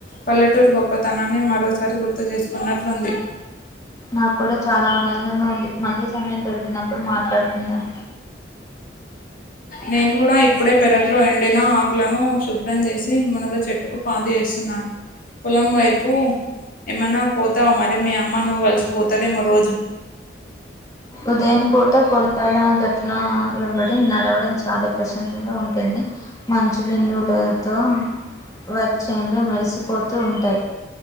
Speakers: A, on the left; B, on the left.
A: పల్లెటూరు గొప్ప తనాన్ని మరోసారి గుర్తు చేసుకున్నట్లుంది
B: నాకు కూడా చాలా ఆనందంగా ఉంది. మళ్ళీ సమయం దొరికినప్పుడు మాట్లాడుకుందాం
A: నేను కూడా ఇప్పుడే పెరట్లో ఎండిన ఆకులను శుభ్రం చేసి మునగ చెట్టుకు పాతి చేస్తున్నాను పొలం వైపు ఏమన్న పోతా మరి మీ అమ్మ అమ్మ నువ్వు కలిసిపోతారేమో రోజు
B: ఉదయం పూట పొలాల గట్ల వెంబడి నడవడం చాలా ప్రశంత గా ఉంటుంది మంచి బిందువులతో వరిచేనులు మేరిసిపోతూ ఉంటాయి